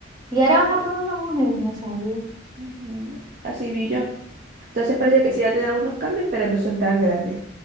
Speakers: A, on the right; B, on the right.
A: Y ahora van a poner una mujer, no sabía.
B: Ujú. Así vi yo. Entonces parece
A: Mm,
B: que sí va a tener algunos cambios, pero no son tan grandes.